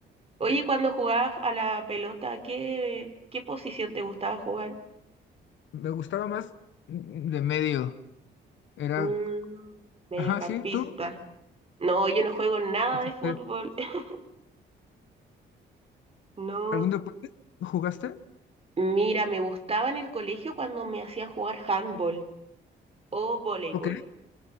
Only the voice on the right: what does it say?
Oye,
cuando jugabas a la pelota, ¿qué, qué posición te gustaba jugar?
Mm, mediocampista.
No, yo no
juego nada
de fútbol. <laughs> No.
Mira, me gustaba en el colegio cuando me hacían jugar handball o voleibol.